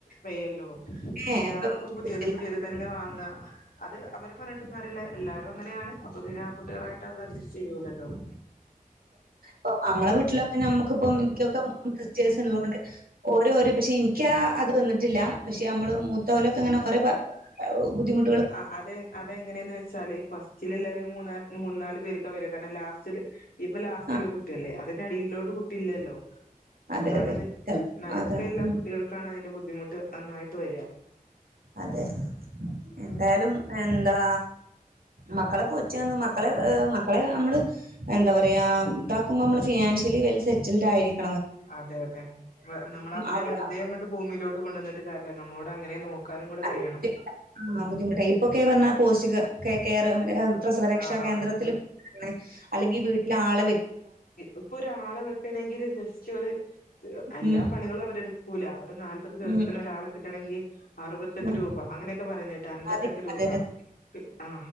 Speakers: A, on the left; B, on the right.
A: വയ്യല്ലോ
B: അതന്നെ
A: എല്ലാർക്കും
B: ഇപ്പം
A: പുതിയത്
B: ഇല്ല.
A: പുതിയത് തന്നെ വാങ്ങാ അത് അവരെ പറഞ്ഞിട്ടും കാര്യല്ല എല്ലാവരും അങ്ങനെയാണ് അപ്പൊ പിന്നെ ആ കുട്ടികളായിട്ട് അത് അഡ്ജസ്റ്റ് ചെയ്യൂലല്ലോ?
B: പ്പൊ അമ്മളെ വീട്ട്ലൊക്കെ നമ്മുക്കിപ്പം എനിക്കൊക്കെ സിസ്റ്റേഴ്സ് ഉള്ളോണ്ട് ഓര് വരും പക്ഷെ ഇൻക്യാ അത് വന്നിട്ടില്ല പക്ഷെ നമ്മള് മൂ ത്തോലൊക്കങ്ങനെ ഓരെ ബ ബുദ്ധിമു
A: ആ അത് അതെങ്ങനെന്ന് വെച്ചാല് ഫസ്റ്റിലിള്ളര് മൂന്ന മൂന്നാല് പേര് ക്കെവരും കാര്ണം ലാസ്റ്റില് ഇപ്പൊ ലാസ്റ്റില്
B: ആഹ്
A: കുട്ട്യല്ലേ അതിന്റെ അടിയിലോട്ട് കുട്ടി ഇല്യല്ലോ
B: അതെ
A: അതാണത്
B: അതെ ചെൽ
A: നടുക്കയിള്ള
B: അതാണ് ഉം
A: കുട്ടികൾക്കാണ് അതിന്റെ ബുദ്ധിമുട്ട് നന്നായിട്ട് വര
B: അതെ എന്തായാലും എന്താ മക്കളെ പോറ്റാന്ന് മക്കളെ മക്കളെ നമ്മള്
A: ആഹ്
B: എന്താ പറയാ താക്കുമ്പോ മ്മള് ഫിനാൻഷ്യലി വെൽ സെറ്റിൽഡ് ആയിരിക്കും
A: അതെ അതെ നമ്മളവരെ
B: അവി
A: വെറുതെ അങ്ങോട്ട് ഭൂമിയിലോട്ട് കൊണ്ടുവന്നി ട്ട് കാര്യല്ല നമ്മോടങ്ങനെ നോക്കാനും കൂടെ
B: അത്
A: കഴിയണം
B: ബുദ്ധിമുട്ടാ. ആ ബുദ്ധിമുട്ടായി ഇപ്പൊക്കെ പർഞ്ഞാ പോസ്റ്റിക കെ കെയർ പ്രസവരക്ഷാ
A: ആഹ്
B: കേന്ദ്രത്തില്
A: ആഹ്
B: <unintelligible> അല്ലെങ്കി വീട്ട്ലാളെ വെ
A: ഇപ്പൊരാളെ വെക്കണെങ്കില് ജസ്‌റ്റൊരു എല്ലാ
B: ഉം
A: പണികളും അവരെടുക്കൂല ഒരു നാല്പത് ദിവസത്തിനൊരാളെ
B: ഉം
A: കിട്ടണെങ്കി അറുവത്തെട്ട്
B: ഉം
A: രൂപ അങ്ങനെയൊക്കെ പറയുന്നകേട്ട് അൻപത്തെട്ട്
B: അതെ
A: രൂപ
B: അതെ അതെ.
A: ആ